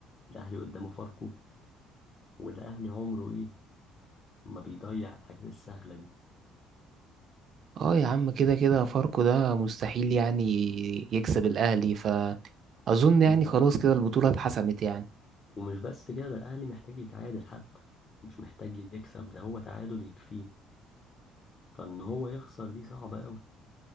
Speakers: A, on the left; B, on the right.
A: الأهلي قدامه فاركو والأهلي عمره إيه ما بيضيع الحاجات السهلة دي
B: اه يا عم كده كده فاركو ده مستحيل يعني يكسب الأهلي فأظن يعني
A: و-
B: خلاص كده البطولة اتحسمت يعني
A: ومش بس كده ده الأهلي محتاج يتعادل حتى مش محتاج يكسب ده هو تعادل يكفيه فإن هو يخسر دي صعبة أوي